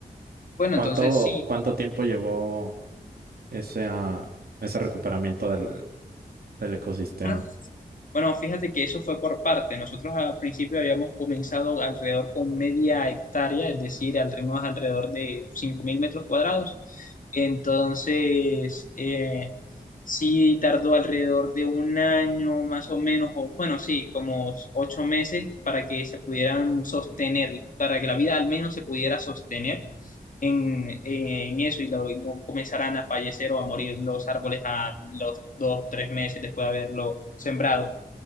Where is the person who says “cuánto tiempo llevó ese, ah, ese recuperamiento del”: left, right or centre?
Right